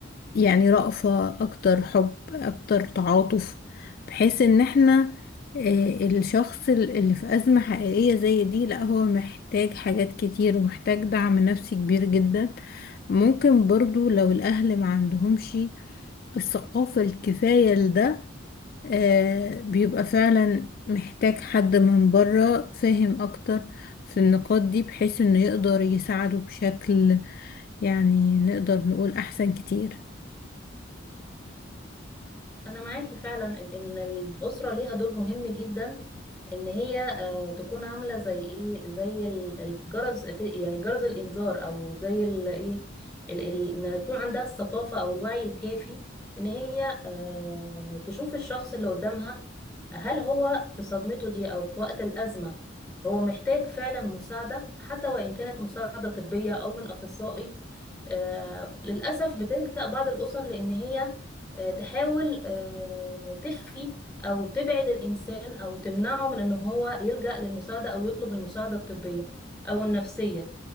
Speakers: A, on the left (about 50°); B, in the centre.
A: يعني رأفة أكتر حب أكتر تعاطف بحيث إن احنا آه، الشخص ال- اللي في أزمة حقيقية زي دي لا هو محتاج حاجات كتير ومحتاج دعم نفسي كبير جدا ممكن برضو لو الأهل ما عندهمش الثقافة الكفاية لده آه، بيبقى فعلا محتاج حد من بره فاهم اكتر في النقاط دي بحيث انه يقدر يساعده بشكل يعني نقدر نقول احسن كتير
B: أنا معاكي فعلا إن الأسرة ليها دور مهم جدا ان هي آه، تكون عامله زي ايه زي ال- الجرس ت- يعني جرس الانذار او زي ال- ايه ال- ال- ان يكون عندها الثقافه او الوعي الكافي ان هي آه، تشوف الشخص اللي قدامها هل هو في صدمته دي او في وقت الازمه هو محتاج فعلا مساعده حتى وان كانت مساعده طبيه او من اخصائي آه، للاسف بتلجأ بعض الاسر لان هي آه، تحاول آه، تخفي او تبعد الانسان او تمنعه من ان هو يلجأ للمساعدة او يطلب المساعدة الطبية او النفسية